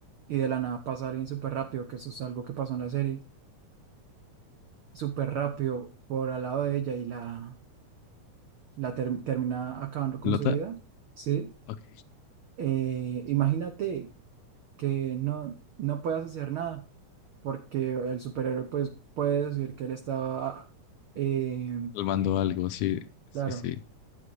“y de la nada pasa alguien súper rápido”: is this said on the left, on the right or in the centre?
Right